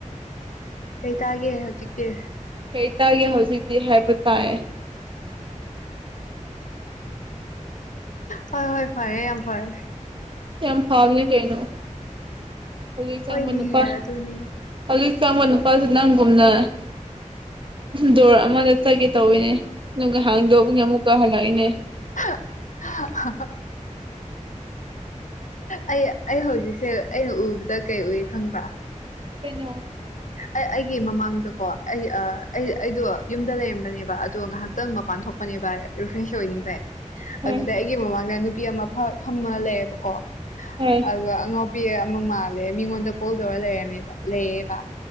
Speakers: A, on the left; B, on the right.
A: ꯀꯩ ꯇꯥꯒꯦ ꯍꯧꯖꯤꯛꯇꯤ
B: ꯀꯩ ꯇꯒꯦ ꯍꯧꯖꯤꯛꯇꯤ ꯍꯥꯏꯕ ꯇꯥꯏ
A: ꯍꯣꯏ ꯍꯣꯏ ꯐꯔꯦ ꯌꯥꯝ ꯐꯔꯦ
B: ꯌꯥꯝ ꯐꯥꯕꯅꯤ ꯀꯩꯅꯣ <inaudible> ꯆꯪꯕ
A: ꯍꯣꯏꯅꯦꯍꯦ
B: ꯅꯨꯄꯥ
A: ꯑꯗꯨꯅꯦ
B: ꯍꯧꯖꯤꯛ ꯆꯪꯕ ꯅꯨꯄꯥꯁꯗꯨ ꯅꯪꯒꯨꯝꯅ ꯗꯣꯔ ꯑꯃꯗ ꯆꯒꯦ ꯇꯧꯔꯤꯅꯦ ꯑꯗꯨꯒꯥ ꯍꯥꯡꯗꯧꯕꯅ ꯑꯃꯨꯛꯀ ꯍꯜꯂꯛꯏꯅꯦ
A: <unintelligible> ꯑꯩ ꯑꯩ ꯍꯧꯖꯤꯛꯁꯦ ꯑꯩꯅ ꯎꯕꯗ ꯀꯩ ꯎꯏ ꯈꯪꯕ꯭ꯔꯥ
B: ꯀꯩꯅꫭ
A: ꯑꯩ ꯑꯩꯒꯤ ꯃꯃꯥꯡꯗꯀꯣ ꯑꯩ ꯑꯩ ꯑꯩꯗꯣ ꯌꯨꯝꯗ ꯂꯩꯔꯝꯕꯅꯦꯕ ꯑꯗꯣ ꯉꯥꯏꯍꯥꯛꯇꯪ ꯃꯄꯥꯟ ꯊꯣꯛꯄ ꯄꯅꯤꯕ ꯔꯤꯐ꯭ꯔꯦꯁ ꯑꯣꯏꯅꯤꯡꯕꯩ
B: ꯍꯣꯏ
A: ꯑꯗꯨꯗ ꯑꯩꯒꯤ ꯃꯃꯥꯡꯗ ꯅꯨꯄꯤ ꯑꯃ ꯐꯝꯃ ꯂꯩꯌꯦꯕꯀꯣ
B: ꯍꫭꯏ
A: ꯑꯗꯣ ꯑꯉꯥꯎꯄꯤ ꯑꯃ ꯃꯥꯜꯂꯦ ꯃꯤꯉꯣꯟꯗ ꯀꯣꯜ ꯇꯧꯔ ꯂꯩꯔꯝꯃꯦꯕ ꯂꯩꯌꯦꯕ